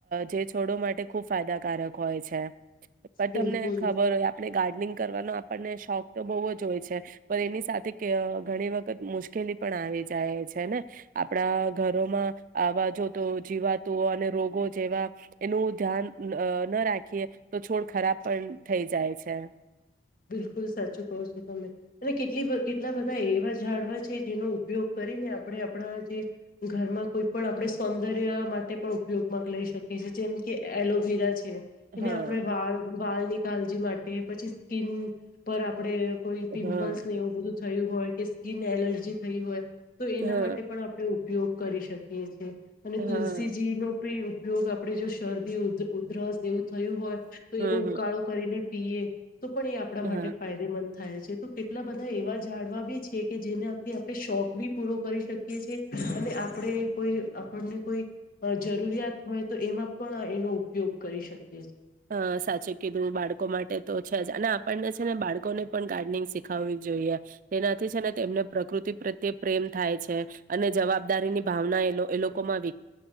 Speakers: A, on the right; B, on the left.
A: જે છોડો માટે ખુબ ફાયદાકારક હોય હોય છે, પણ
B: બિલકુલ
A: તમને ખબર હોય ગાર્ડનિંગ કરવાનો આપણને શોખ તો બહુ જ હોય છે, પણ એની સાથે ઘણી વખત મુશ્કેલી આવી જાય છેને આપણા ઘરોમાં આવા જો તો જીવાતું અને રોગો જેવા એનું ધ્યાન ના રાખીએ તો છોડ ખરાબ પણ થઈ જાય છે. છે
B: બિલકુલ સાચું કહો છો, તમે અને કેટલી કેટલા બધા એવા ઝાડવા છે જેનો ઉપયોગ કર આપણે આપણા જે ઘરમાં કોઈ પણ આપણે સૌંદર્ય માટે પણ ઉપયોગમાં લઈ શકી. જેમ કે એલોવેરા છે, એને
A: હા
B: આપણે વાળ વાળ ની કાળજી માટે પછી સ્કીિન પર આપડે, કોઈ પિમ્પલ્સ
A: હા
B: ને એવું બધું થયું હોય, કે સ્કીિન એલર્જી થઈ હોય તો એના
A: હા
B: માટે પણ આપણે ઉપયોગ કરી શકીએ છીએ, અને
A: હા
B: તુલસીજી નો પણી ઉપયોગ આપણે જો શરદી ઉ ઉધરસ એવું થયું હોય તો
A: હમ
B: એનો ઉકાળો કરીને પીએ તો પણ એ આપણા
A: હમ
B: માટે
A: હા
B: ફાયદેમંદ થાય છે તો કેટલા બધા એવા જાઝાડવા બી છે કે જેનાથી આપણે શોખ બી પૂરો કરી શકીએ છે, અને આપડે કોઈ આપણને કોઈ જરૂરિયાત હોય તો એમાં પણ એનો ઉપયોગ કરી શકે,
A: હ સાચી કીધું બાળકો માટે તો છે જ અને આપણને છે, ને બાળકોને પણ ગાર્ડનિંગ શીખાવવી જોઈએ તેના ને તેમને પ્રકૃતિ પ્રત્યે પ્રેમ થાય છે, અને જવાબદારી ની ભાવના એ એ લોકોમાં